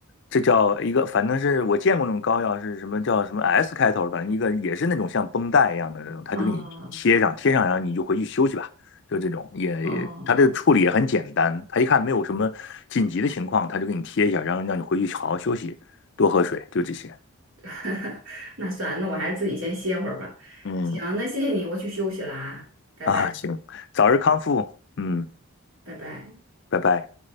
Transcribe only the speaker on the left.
这叫一个，反正是我见过那种膏药，是什么叫什么 S 开头，反正一个也是那种像绷带一样的那种，他就给你贴上，
贴上然后你就回去休息吧，就这种，也也，
他这个处理也很简单，他一看没有什么紧急的情况，他就给你贴一下，然后让你回去好好休息，多喝水，就这些。
嗯，
啊，行，早日康复，嗯，
拜拜。